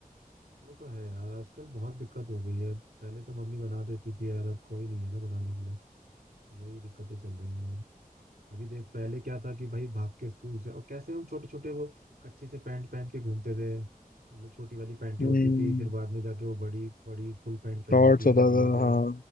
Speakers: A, on the right; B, on the left.
A: वो तो है यार आजकल बहुत दिक्कत हो गई है पहले तो मम्मी बना देती थी यार अब कोई नहीं है ना बनाने के लिए तो वही दिक्कतें चल रही हैं अभी देख पहले क्या था कि भाई भाग के स्कूल से और कैसे हम छोटे छोटे वो कच्चे से पैंट पहन के घूमते थे मतलब छोटी वाली पैंटें
B: हम्म
A: होती थी फिर बाद में जाके वो बड़ी बड़ी फुल पैंट पहनने
B: शॉर्ट्स
A: के लिए
B: होता
A: हमें दिया
B: था
A: गया
B: हाँ